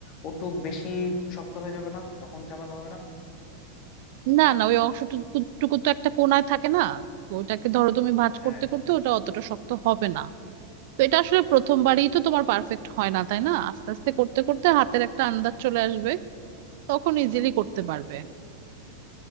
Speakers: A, on the left (about 40°); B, on the right (about 50°).
A: ওটুক বেশি শক্ত হয়ে যাবে না তখন ঝামেলা হবে না
B: না না ওই অংশটুকু টুকু তো একটা কোণায় থাকে না তো ওটাকে ধরো তুমি ভাঁজ
A: হ্যাঁ
B: করতে করতে ওটা অতটা শক্ত হবে না তো এটা আসলে প্রথমবারই তো তোমার পারফেক্ট হয় না তাই না আস্তে আস্তে করতে করতে হাতের একটা আন্দাজ চলে আসবে তখন ইজিলি করতে পারবে